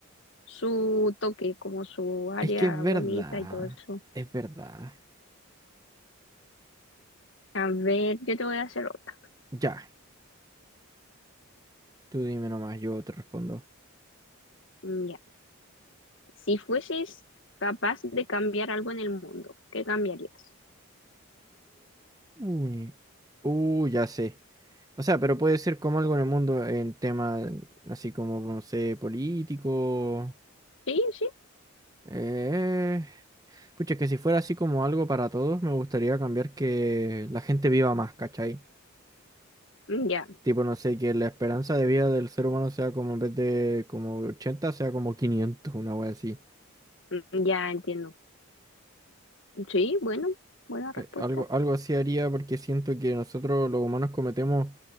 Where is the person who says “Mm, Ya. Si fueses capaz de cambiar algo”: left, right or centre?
Left